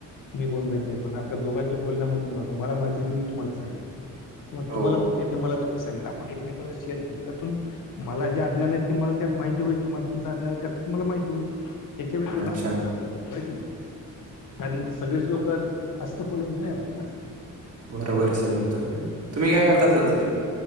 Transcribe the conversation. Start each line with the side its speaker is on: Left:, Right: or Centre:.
Left: मी कोण माहित नाही. ते पण आपल्या दोघांच्या बोलण्यामधून, बघा, मला माहिती आहे. ती मी तुम्हाला सांगितलंय. किंवा
Right: हो
Left: तुम्हाला पण ते मला तुम्ही सांगितलं. आपण एकमेकांला शेअर केलं. त्यातून मला जे अज्ञान आहे, ते मला त्यात माहिती होईल तुम्हाला तुमंचं अज्ञान आहे. त्यात तुम्हाला माहिती होईल. त्याच्या व्यतिरिक्त
Right: अच्छा
Left: आपण होय की नाही? कारण सगळेच लोक असं तर पडून नाही राहात ना?
Right: बरोबर आहे, सर. तुमच तुम्ही काय
Left: बरोबर
Right: करता,
Left: आहे.
Right: सर, तसे?